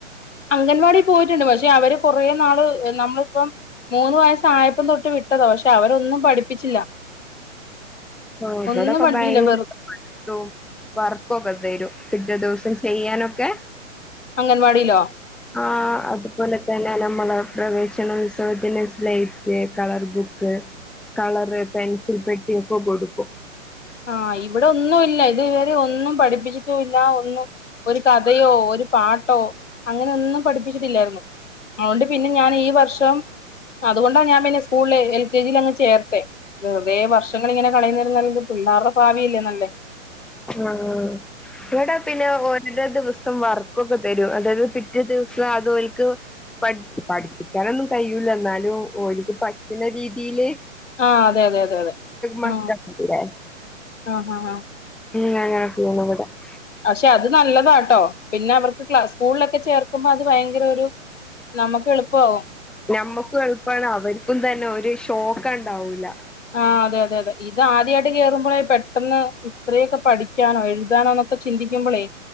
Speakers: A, on the left; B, in the centre.
A: അംഗൻവാടി പോയിട്ടുണ്ട് പക്ഷെ അവര് കൊറേ നാള് നമ്മളിപ്പം മൂന്ന് വയസ ആയപ്പം തൊട്ട് വിട്ടതോ പക്ഷെ അവരൊന്നും പഠിപ്പിച്ചില്ല
B: ഓ ഇവടെക്കെ
A: ഒന്നും പഠിപ്പിച്ചില്ല
B: ഭയങ്കര
A: വെറു
B: വർക്കൊക്കെ തരും പിറ്റേ ദിവസം ചെയ്യാനൊക്കെ
A: അംഗൻവാടിയിലോ?
B: ആ അതുപോലെ തന്നെ നമ്മള പ്രവേശനോത്സവത്തിന് slight colour book colour pencil പെട്ടിയ ഒക്കെ കൊടുക്കും
A: ആഹ ഇവിടെ ഒന്നുമില്ല ഇതുവരെ ഒന്നും പഠിപ്പിച്ചിട്ടും ഇല്ല ഒന്നും ഒരു കഥയോ ഒരു പാട്ടോ അങ്ങനെൊന്നും പഠിപ്പിച്ചിട്ടില്ലായിരുന്നു അതുകൊണ്ട് പിന്നെ ഞാൻ ഈ വർഷം അതുകൊണ്ടാ ഞാൻ പിന്നെ സ്കൂളില് എൽ കെ ജിയി അങ് ചേർത്തെ വെറുതെ വർഷങ്ങൾ ഇങ്ങനെ കളയുന്നരം നല്ലത് പിള്ളേരുടെ ഭാവി ഇല്ലേന്നല്ലേ
B: ആ എടൊ പിന്നെ ന ദിവസം വർക്കൊക്കെ തരും അതായത് പിറ്റേ ദിവസം അതോൽക്ക്. പഠ പഠിപ്പിക്കാനൊന്നും കഴിയല്ല എന്നാലും ഓലക്ക് പറ്റണ രീതിയില്
A: ആഹ അതെ അതെ അതെ അതെ
B: മക്കളില്ലേ
A: ഉ ആ ഹ ആ
B: ഉംഞഞീ വിട <unintelligible>
A: പക്ഷെ അത് നല്ലതാട്ടോ പിന്നെ അവർക്ക് ക് സ്കൂളിലൊക്കെ ചേർക്ക നക്കുമ്പോ അത് ഭയങ്കര ഒരു നമുക്ക് എളുപ്പമാകും
B: മ്മക്ക് എളുപ്പമാണ് അവർക്കും തന്നെ ഒരു ഷോക്ക് ഉണ്ടാവൂല്ല
A: ആ് അതെ അതെ അതെ ഇത് ആദ്യമായിട്ട് കേറുമ്പോഴ പെട്ടെന്ന് ഇത്രയൊക്കെ പഠിക്കാനോ എഴുതാനോ എന്നൊക്കെ ചിന്തിക്കുമ്പോളേ